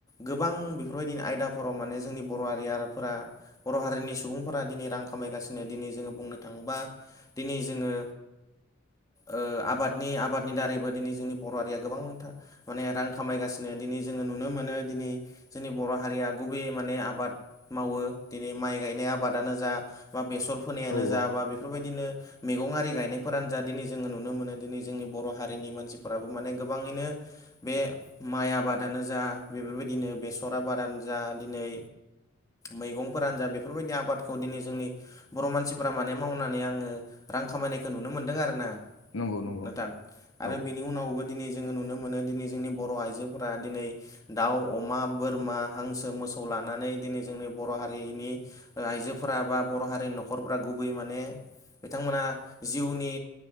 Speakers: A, on the left; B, on the left.
A: गोबां बेफोरबायदि आयदाफोराव माने जोंनि बर' हारि फोर बर' हारिनि सुबुंफोरा दिनै रां खामायगासिनो दिनै जोङो बुंनो थाङोबा दिनै जोङो ओ आबादनि आबादनि दारैबो दिनै जोंनि बर' हारिया गोबांथा माने रां खामायगासिनो दिनै जोङो नुनो मोनो दिनै जोंनि बर' हारिया गुबैयै माने आबाद मावो दिनै माइ गायनाय आबादानो जा बा बेसर फोनायानो
B: औ
A: जा
B: औ
A: बा बेफोरबायदिनो मैगं आरि गायनायफोरानो जा दिनै जोङो नुनो मोनो दिनै जोंनि बर' हारिनि मानसिफोराबो माने गोबाङैनो बे माइ आबादानो जा बेफोरबायदिनो बेसर आबादानो जा दिनै मैगंफोरानो जा बेफोरबायदि आबादखौ दिनै जोंनि बर' मानसिफोरा माने मावनानै आङो रां खामायनायखौ नुनो मोनदों आरो ना
B: नंगौ नंगौ
A: नोंथां आरो
B: औ
A: बिनि उनावबो दिनै जोङो नुनो मोनो दिनै जोंनि बर' आइजोफोरा दिनै दाउ अमा बोरमा हांसो मोसौ लानानै दिनै जोंनि बर' हारिनि ओ आइजोफोरा बा बर' हारिनि न'खरफ्रा गुबै माने बिथांमोना जिउनि